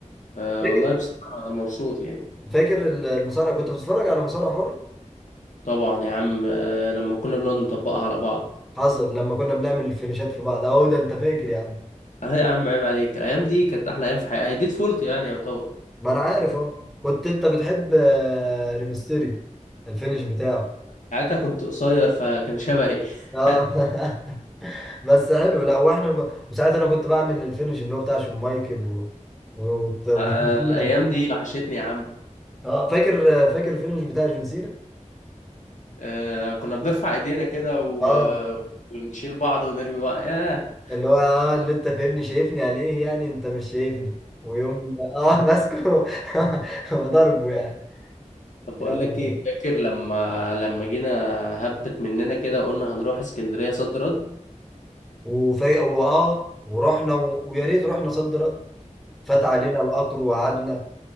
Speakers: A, on the left (about 75°); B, in the centre.
A: أه
B: فاكر
A: والله بصراحة مبسوط يعني
B: فاكر المصارعه كنت بتتفرج على مصارع حر
A: طبعا يا عم أه لما كنا بنقعد نطبقها على بعض
B: حصل لما كنا بنعمل الفينيشات في بعض اهو ده انت فاكر يا عم
A: اه يا عم عيب عليك الايام دي كانت احلى ايام في حياتي دي طفولتي يعني يعتبر
B: ما انا عارف اهو كنت انت بتحب آه، ريمستيريو الفينيش بتاعه
A: ساعتها كنت قصير فكان شبهي
B: اه
A: <laughs>
B: <laughs> بس حلو لا واحنا ب... وساعات انا كنت بعمل الفينش اللي هو بتاع شون مايكل و... و... وجون
A: آه،
B: سينا
A: الأيام دي وحشتني يا عم
B: اه فاكر فاكر الفينش بتاع جون سينا
A: آه، كنا بنرفع إيدينا كده و...
B: اه
A: آه، ونشيل بعض ونرمي بعض ياه
B: اللي هو اه اللي انت فاهمني شايفني على ايه يعني انت مش شايفني ويوم اه <laughs> ماسكه <laughs> وضربه يعني
A: طب بقول
B: يا نهار
A: لك ايه
B: أبيض.
A: فاكر لما لما جينا هبت مننا كده وقلنا هنروح اسكندريه صد رد
B: وفي واه ورحنا و... ويا ريت رحنا صد رد فات علينا القطر وقعدنا